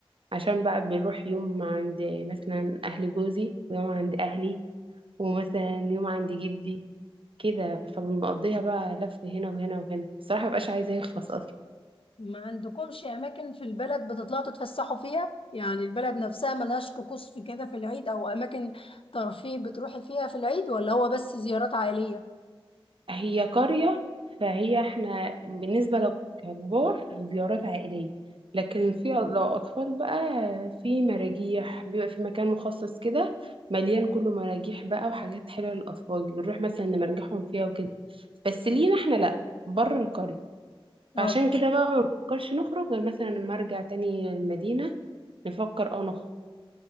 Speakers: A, on the right (about 65°); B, on the left (about 70°).
A: عشان بقى بنروح يوم عند مثلا أهل جوزي ويوم عند أهلي ومثلا يوم عند جدي كده فبنقضيها بقى لف هنا وهنا وهنا بصراحة مبقاش عايزة يخلص أصلا
B: ما عندكمش اماكن في البلد بتطلعوا تتفسحوا فيها يعني البلد نفسها ملهاش طقوس في كده في العيد او اماكن ترفيه بتروحي فيها في العيد ولا هو بس زيارات عائلية
A: هي قرية فهي احنا بالنسبة لو ككبار زيارات عائلية لكن في لو أطفال بقى في مراجيح بيبقى في مكان مخصص كده مليان كله مراجيح بقى وحاجات حلوة للأطفال بنروح مثلا نمرجحهم فيها وكده بس لينا احنا لأ بره القرية
B: اه
A: فعشان كده بقى ما بنفكرش نخرج غير مثلا لما أرجع تاني المدينة نفكر اه نخرج